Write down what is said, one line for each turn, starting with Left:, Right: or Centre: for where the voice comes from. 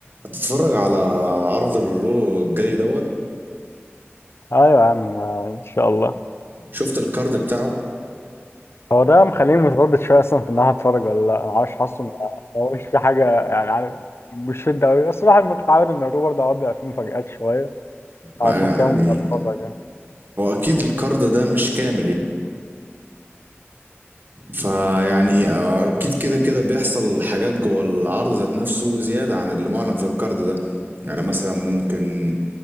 Right: هتتفرج على عرض الرو الجاي دوت
Left: ايوه يا عم آه، ان شاء الله
Right: شفت الكارد بتاعه
Left: هو ده مخليني متردد شويه اصلا في ان انا هتفرج ولا لا انا عارف حاسه م- هو مش في حاجه يعني عارف مش شده قوي بس الواحد متعود ان الروبر ده اوقات بيبقى فيه مفاجآت شويه عشان
Right: ما يعني
Left: كده ممكن اتفرج يعني
Right: هو اكيد الكارد ده مش كامل يعني فيعني اكيد كده كده بيحصل حاجات جوه العرض ذات نفسه زيادة عن اللي معلن في الكارد ده يعني مثلا ممكن